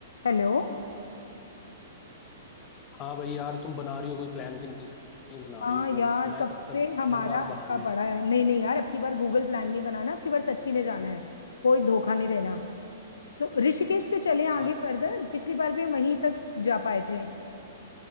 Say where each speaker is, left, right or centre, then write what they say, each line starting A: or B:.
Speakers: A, on the left; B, on the left.
A: Hello
B: हाँ भाई यार तुम बना रही हो कोई प्लान की नहीं नहीं बना
A: हाँ
B: रही मतलब
A: यार
B: मैं
A: कब
B: कब
A: से
B: तक
A: हमारा
B: हर बार
A: अटका
B: बहाने
A: पड़ा है नहीं नहीं यार अब की बार गूगल प्लान नहीं बनाना अब की बार सच्ची में जाना है कोई धोखा नहीं देना तो ऋषिकेश से चले आगे
B: हाँ
A: फर्दर पिछली बार भी हम वहीं तक जा पाए थे